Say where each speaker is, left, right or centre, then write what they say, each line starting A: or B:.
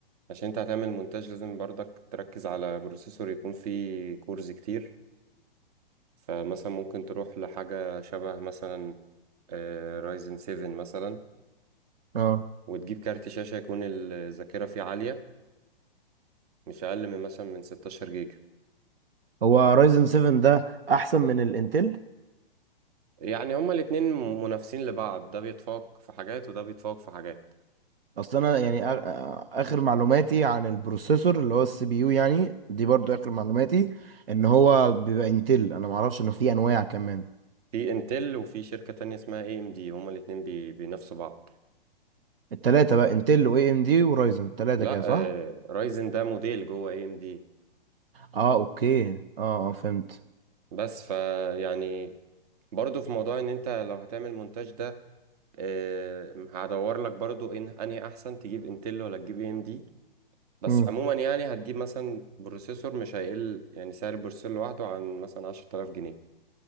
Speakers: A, on the right (about 40°); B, on the right (about 75°).
A: عشان انت هتعمل مونتاج لازم برضك تركز على بروسيسور يكون فيه كورز كتير فمثلا ممكن تروح لحاجة شبه مثلا رايزن 7 مثلا
B: اه
A: وتجيب كارت شاشة يكون الذاكرة فيه عالية مش أقل من مثلا من 16 جيجا
B: هو رايزن 7 ده أحسن من الإنتل؟
A: يعني هما الاتنين منافسين لبعض ده بيتفوق في حاجات وده بيتفوق في حاجات
B: اصل انا يعني آ- آ- اخر معلوماتي عن البروسيسور اللي هو السي بي يو يعني دي برضو اخر معلوماتي ان هو بيبقى انتل انا ما اعرفش انه في انواع كمان
A: في انتل وفي شركة تانية اسمها اي ام دي هما الاتنين بي- بينافسوا بعض
B: التلاتة بقى انتل واي ام دي ورايزن التلاتة
A: لا
B: كده
A: آه،
B: صح
A: رايزن ده موديل جوه اي ام دي
B: اه اوكي اه اه فهمت
A: بس ف يعني برضو في موضوع ان انت لو هتعمل مونتاج ده آه، هدور لك برضو ان انهي احسن تجيب انتل ولا تجيب اي ام دي بس
B: مم.
A: عموما يعني هتجيب مثلا بروسيسور مش هيقل يعني سعر البروسيسور لوحده عن مثلا 10000 جنيه